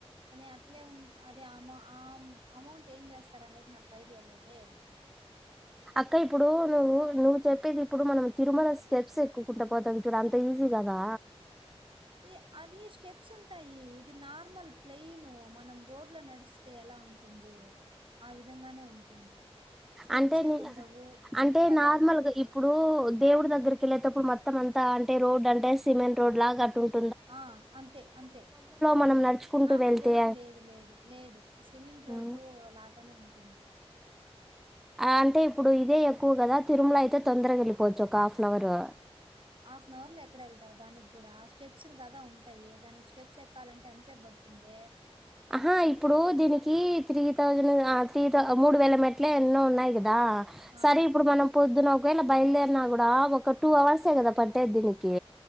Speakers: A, on the right; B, in the centre.
A: అని అట్లే ఉంటే అది ఆమ అమౌ అమౌంట్ ఏం చేస్తారనేది నాకు ఐడియా లేదే.
B: అక్క ఇప్పుడు నువ్వు నువ్వు చెప్పేది ఇప్పుడు మనం తిరుమల స్టెప్స్ ఎక్కుకుంటా పోతాం చూడు అంత ఈజీ కాదా
A: ఈ అది స్టెప్స్ ఉంటాయి ఇది నార్మల్ ప్లయిన్ మనం రోడ్ లో నడిస్తే ఎలా ఉంటుంది ఆ విధంగానే ఉంటుంది స్టెప్స్
B: అంటే
A: ఏమి
B: న
A: ఉండవు
B: అంటే
A: ఎత్తుపల్లాలు
B: నార్మల్గా
A: ఉండవు
B: ఇప్పుడు దేవుడి దగ్గరకి కేళ్ళేటప్పుడు మొత్తం అంతా అంటే రోడ్ అంటే సిమెంట్ రోడ్ లాగా అట్టుంట
A: ఆ అంతే అంతే
B: మనం నడుచుకుంటూ
A: ఆహా
B: వెళ్తే
A: లేదు లేదు లేదు లేదు సిమెంట్ రోడ్డు
B: ఉమ్.
A: లాగానే ఉంటు టుంది.
B: అంటే ఇప్పుడు ఇదే ఎక్కువ కదా తిరుమల అయితే తొందరగా వెళ్ళిపోవచ్చు ఒక half an hour
A: half an hour లో ఎక్కడ వెళ్తావు దానికి కూడా స్టెప్స్ కదా ఉంటాయి దానికి స్టెప్స్ ఎక్కాలంటే ఎంతసేప్ పడుతుంది
B: ఆహా ఇప్పుడు దీనికి త్రీ థౌజండ్ ఆ త్రీ మూడు వేల మెట్లే ఎన్నో ఉన్నాయి కదా ద
A: ఆ
B: సరే ఇప్పుడు మనం పొద్దున ఒకవేళ బయలుదేరినా కూడా ఒక టూ అవర్సే కదా పట్టేది దీనికి